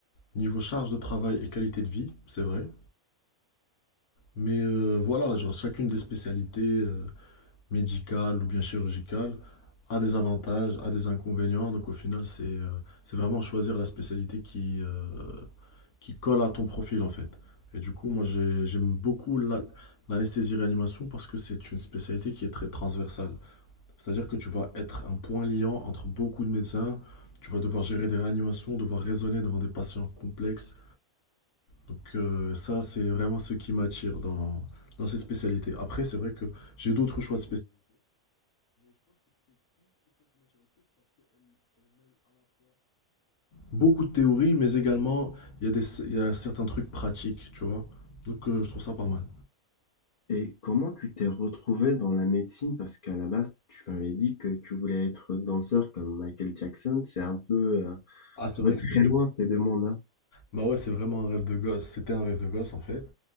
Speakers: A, on the left (about 90°); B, on the left (about 35°).
A: niveau charge de travail et qualité de vie, c'est vrai. Mais euh, voilà, genre chacune des spécialités euh, médicales ou bien chirurgicales a des avantages, a des inconvénients. Donc au final, c'est euh, c'est vraiment choisir la spécialité qui, euh, qui colle à ton profil en fait. Et du coup, moi j'aime beaucoup l'anesthésie-réanimation parce que c'est une spécialité qui est très transversale. C'est-à-dire que tu vas être un point liant entre beaucoup de médecins, tu vas devoir gérer des réanimations, devoir raisonner devant des patients complexes. Donc euh, ça, c'est vraiment ce qui m'attire dans, dans cette spécialité. Après, c'est vrai que j'ai d'autres choix Beaucoup de théories, mais également, il y a des, il y a certains trucs pratiques, tu vois. Donc, euh, je trouve ça pas mal.
B: Et comment tu t'es retrouvé dans la médecine? Parce qu'à la base, tu m'avais dit que tu voulais être danseur comme Michael Jackson. C'est un peu, euh,
A: Ah, c'est
B: un
A: vrai
B: peu
A: que
B: très
A: c'est...
B: loin ces deux mondes
A: Bah ouais, c'est vraiment un rêve de gosse. C'était un rêve de gosse, en fait.